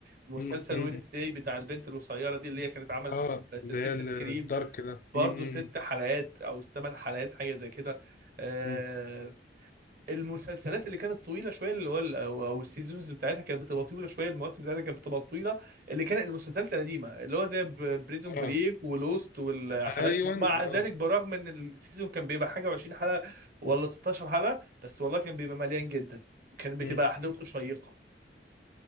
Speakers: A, on the right (about 50°); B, on the left (about 45°).
A: مسلسل
B: مم. مم.
A: وينسداي بتاع البنت القصيره دي اللي هي كانت عملت
B: اه
A: في سلسله
B: اللي هي الدارك
A: سكريم
B: ده
A: برضه
B: مم. مم.
A: ست حلقات او ثمان حلقات حاجه زي كده آه،
B: مم.
A: المسلسلات اللي كانت طويله شويه اللي هو ال- او أو السيزونز بتاعتها كانت بتبقى طويله شويه المواسم بتاعتها كانت بتبقى طويله اللي كانت المسلسلات القديمه اللي هو زي بريزون
B: اه
A: بريك ولوست والحالات
B: ايوه
A: دي. ومع ذلك
B: اه
A: برغم ان السيزون كان بيبقى حاجه و20 حلقه ولا 16 حلقه بس والله كان بيبقى مليان جدا كان بتبقى
B: مم.
A: احداثه <laughs> شيقه